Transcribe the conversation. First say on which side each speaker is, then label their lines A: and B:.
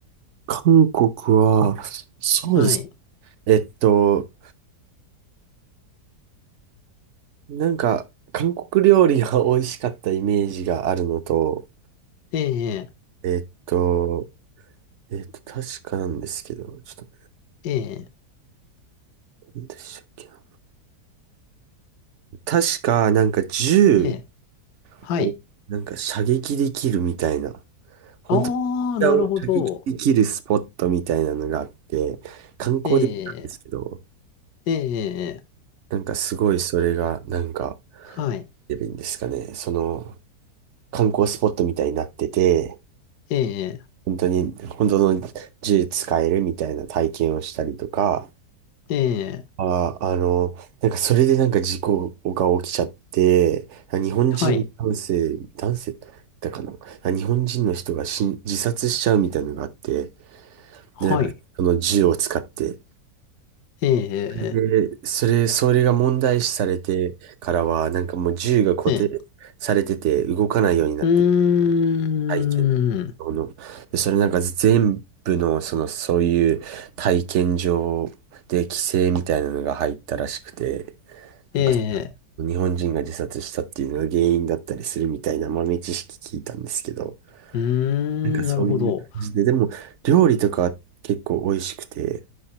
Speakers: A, on the right; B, on the left.
A: 韓国は、そうです。
B: はい。
A: えっと、なんか、韓国料理が美味しかったイメージがあるのと、
B: ええ、
A: えっと、えっと、確かなんですけど、ちょっと、
B: ええ、
A: 何でしたっけな。確か、なんか銃
B: ええ、はい。
A: を、なんか射撃できるみたいな、本当に射撃できるスポットみたいなのがあって、
B: ああ、なるほど。
A: 観光できたんですけど、
B: ええ、ええ、
A: なんかすごいそれが、なんか、
B: はい。
A: 出るんですかね。その、観光スポットみたいになってて、
B: ええ、
A: 本当に、本当の銃使えるみたいな体験をしたりとか、
B: ええ、
A: あ、あの、なんかそれでなんか事故が起きちゃって、日本人男性、
B: はい。
A: 男性だかな、日本人の人がしん自殺しちゃうみたいなのがあって、
B: はい。
A: で、なんかその銃を使って、
B: ええ、
A: で、それ、それが問題視されてからは、なんかもう銃が固定
B: ええ、
A: されてて動かないようになって
B: うーん、
A: 体験場の。で、それなんか全部の、その、そういう体験場で規制みたいなのが入ったらしくて、
B: ええ、
A: なんか日本人が自殺したっていうのが原因だったりするみたいな豆知識聞いたんですけど、
B: うーん、
A: なんかそういう感じで、
B: なるほど。
A: でも料理とかは結構美味しくて、